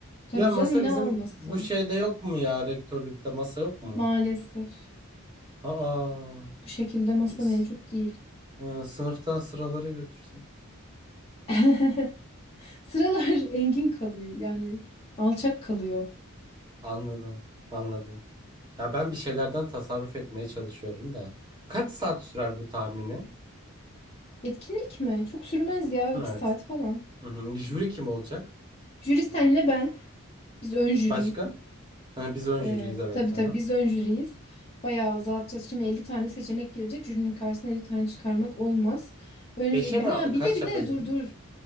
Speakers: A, on the left; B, on the right.
A: Tabii
B: Ya masa
A: canım ne
B: bizim
A: alması?
B: bu şeyde yok mu ya rektörlükte masa yok mu?
A: Maalesef
B: Aa,
A: bu şekilde masa
B: s-
A: mevcut değil.
B: e, sınıftan sıraları götürsek.
A: <laughs> Sıralar engin kalıyor yani alçak kalıyor.
B: Anladım. Anladım. Ya ben bir şeylerden tasarruf etmeye çalışıyorum da. Kaç saat sürer bu tahmini?
A: Etkinlik mi? Çok sürmez ya iki
B: Evet.
A: saat falan.
B: Hı hı. Jüri kim olacak?
A: Jüri senle ben. Biz ön jüriyiz.
B: Başka? Ha, biz ön
A: Ee,
B: jüriyiz evet.
A: tabii
B: Hı
A: tabii
B: hı.
A: biz ön jüriyiz. Bayağı azaltacağız. Şimdi 50 tane seçenek gelecek. Jürinin karşısına 50 tane çıkarmak olmaz. Önce
B: Beşe
A: ha
B: mi
A: bir
B: kaç
A: de bir
B: yapacağız?
A: de dur dur.